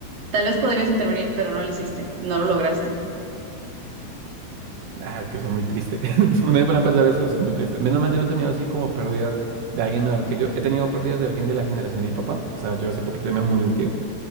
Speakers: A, on the right; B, on the right.
A: tal vez podrías intervenir, pero no lo hiciste, no lo lograste.
B: ah, es que eso es muy triste. <laughs> Uno de para empezar eso, eso es muy triste. Menos mal yo no he tenido así como pérdidas de alguien menor que yo. He tenido pérdidas de alguien de la generación de mi papá. O sea, yo hace poquito me murió un tío.